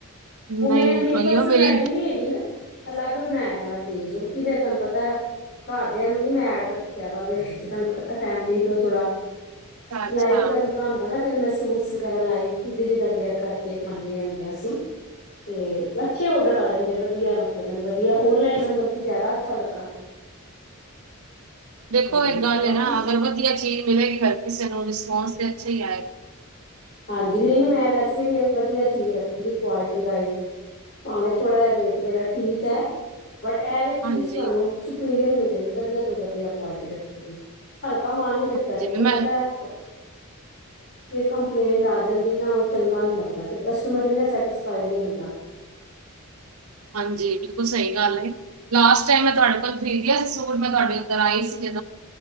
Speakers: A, on the left; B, on the right.
A: ਉਹ
B: ਨਹੀਂ
A: ਮੇਰੀ
B: ਭਈਓ
A: ਪਰਸਨਲ
B: ਮੇਰੀ
A: ਆਈਡੀ ਨਹੀਂ ਹੈਗੀ ਨਾ। ਅਲੱਗ ਬਣਾਇਆ ਤਾਂ ਮੈਂ ਪੇਜ, ਕਿਉਕਿ ਫਿਰ ਤੁਹਾਨੂੰ ਪਤਾ? ਘਰਦਿਆਂ ਨੂੰ ਨਹੀਂ ਅੱਡ ਰੱਖਿਆ ਤਾਂ ਉਸ ਵਿੱਚ ਤੁਹਾਨੂੰ ਪਤਾ ਹੈ, ਫੈਮਿਲੀ ਤੋਂ ਥੋੜ੍ਹਾ।
B: ਅੱਛਾ ਅੱਛਾ
A: ਲਾਈਵ ਕਰਨਾ। ਫਿਰ ਮੈਂ ਸੂਟ ਵਗੈਰਾ ਲਾਈਵ ਖੁਦ ਹੀ ਜਿਵੇਂ ਵੇਅਰ ਕਰਕੇ ਦਿਖਾਉਂਦੀ ਹੁੰਦੀ ਸੀ। ਤੇ ਫਿਰ ਚੰਗੇ ਆਰਡਰ ਆ ਜਾਂਦੇ ਸਨ। ਮਤਲਬ ਮੈਨੂੰ ਔਨਲਾਈਨ ਕੰਮ ਜ਼ਿਆਦਾ ਵਧੀਆ ਲੱਗਾ।
B: ਦੇਖੋ,
A: ਤੇ
B: ਇੱਕ ਗੱਲ
A: ਕਾਫੀ
B: ਹੈ ਨਾ, ਅਗਰ ਵਧੀਆ ਚੀਜ਼ ਮਿਲੇਗੀ ਤਾਂ ਕਿਸੇ ਨੂੰ ਵੀ ਰਿਸਪਾਂਸ ਚੰਗਾ ਹੀ ਆਵੇਗਾ।
A: ਹਾਂਜੀ, ਨਹੀਂ ਨਹੀਂ, ਮੈਂ ਵੈਸੇ ਵੀ ਵਡਿਆ ਚੀਜ਼ ਰਖਦੀ ਹ ਕੁਆਲਿਟੀ ਵਾਈਸ। ਭਾਵੇਂ ਥੋੜ੍ਹਾ ਜਿਹਾ ਰੇਟ ਮੇਰਾ ਠੀਕ ਹੈ। ਬਟ ਇਹੋ ਜਿਹੀ ਚੀਜ਼
B: ਹਾਂਜੀ
A: ਤੁਹਾਨੂੰ ਸੁਪੀਰੀਅਰ ਮਿਲੇਗੀ, ਵਧੀਆ ਤੋਂ ਵਧੀਆ ਕੁਆਲਿਟੀ ਰੱਖੀ ਹੈ। ਹਲਕਾ ਮਾਲ ਨਹੀਂ
B: ਹਾਂਜੀ
A: ਰੱਖਿਆ, ਦੇਖੋ
B: ਵੀ ਮੈਂ
A: ਪਤਾ ਹੈ ਫਿਰ। ਸ਼ਿਕਾਇਤ ਆ ਜਾਂਦੀ ਹੈ ਨਾ, ਉਹ ਚੰਗਾ ਨਹੀਂ ਲੱਗਦਾ। ਫਿਰ ਕਸਟਮਰ ਵੀ ਸੈਟਿਸਫਾਈਡ ਨਹੀਂ ਹੁੰਦਾ।
B: ਹਾਂਜੀ, ਬਿਲਕੁਲ ਸਹੀ ਗੱਲ ਹੈ। ਲਾਸਤ ਟਾਈਮ ਮੇ ਤੁਹਾਡੇ ਨਾਲ। ਮੈਂ ਤੁਹਾਡੇ ਕੋਲੋਂ ਸੂਟ ਖਰੀਦਿਆ ਸੀ, ਜਦੋਂ ਮੈਂ ਉੱਥੇ ਆਈ ਸੀ।